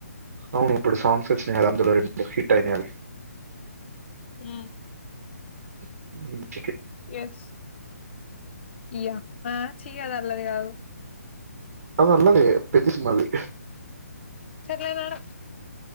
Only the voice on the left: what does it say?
ఉ
ఎస్ యా ఆ చి అది అల్లది కాదు
చెర్లే నాడు